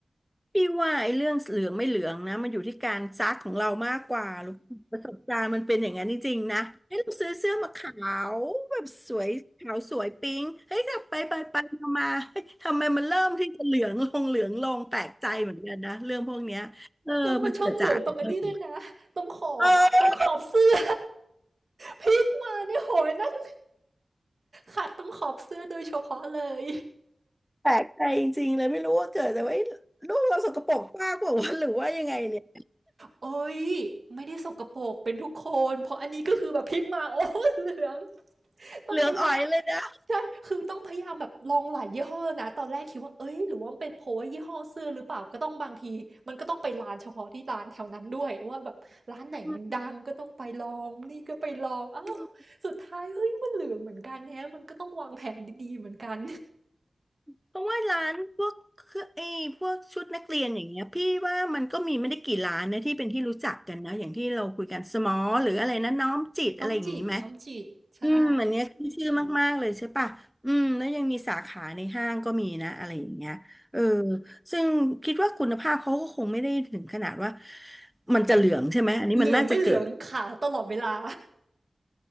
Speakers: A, in the centre; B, on the right.
A: พี่ว่าไอ้เรื่องเหลืองไม่เหลืองนะมันอยู่ที่การซักของเรามากกว่าลูกประสบการณ์มันเป็นอย่างนั้นจริงๆนะเฮ้ยเราซื้อเสื้อมาขาวแบบสวยขาวสวยปิ๊งเฮ้ยแต่ไปไปไปมามาเฮ้ยทำไมมันเริ่มที่จะเหลืองลงเหลืองลงแปลกใจเหมือนกันนะเรื่องพวกเนี้ยเออมันเกิดจากอะไร
B: แล้วมันชอบเหลืองตรงอันนี้ด้วยนะตรงขอบอะตรงขอบเสื้อ
A: เออ
B: พลิกมาเนี่ยโหยนั่งขัดตรงขอบเสื้อโดยเฉพาะเลย
A: แปลกใจจริงๆเลยไม่รู้ว่าเกิดแต่ว่าเอ้ยลูกเราสกปรกมากกว่าวะหรือว่ายังไงเนี่ย
B: โอ้ยไม่ได้สกปรกเป็นทุกคนเพราะอันนี้ก็คือแบบพลิกมาโอ้เหลืองต้องพยายาม
A: เหลืองอ่อยเลยนะ
B: ใช่คือต้องพยายามแบบลองหลายยี่ห้อนะตอนแรกคิดว่าเอ้ยหรือว่าเป็นเพราะว่ายี่ห้อเสื้อหรือเปล่าก็ต้องบางทีมันก็ต้องไปร้านเฉพาะที่ร้านแถวนั้นด้วยว่าแบบร้านไหนมันดังก็ต้องไปลองนี่ก็ไปลองอ้าวสุดท้ายเฮ้ยมันเหลืองเหมือนกันแฮะมันก็ต้องวางแผนดีๆเหมือนกัน
A: อืม เพราะว่าร้านพวกเครื่องไอ้พวกชุดนักเรียนอย่างเงี้ยพี่ว่ามันก็มีไม่ได้กี่ร้านนะที่เป็นที่รู้จักกันนะอย่างที่เราคุยกันสมอหรืออะไรนะน้อมจิตอะไรอย่างงี้ไหม
B: <laughs> น้อมจิตน้อมจิตใช่
A: อืมอันเนี้ยขึ้นชื่อมากๆเลยใช่ปะอืมแล้วยังมีสาขาในห้างก็มีนะอะไรอย่างเงี้ยเออซึ่งคิดว่าคุณภาพเขาก็คงไม่ได้ถึงขนาดว่ามันจะเหลืองใช่ไหมอันนี้มันน่าจะเกิด
B: เหลืองไม่เหลืองขาวตลอดเวลา